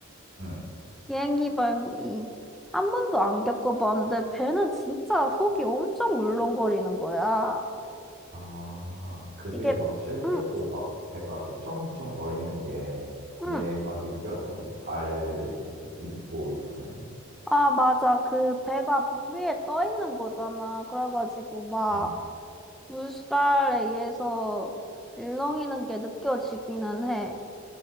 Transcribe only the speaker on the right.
음.
아, 그게
막 실제로
막 배가 휘청휘청 거리는 게 내가
느껴져? 이 발 이렇게 딛고 있으면은?
음.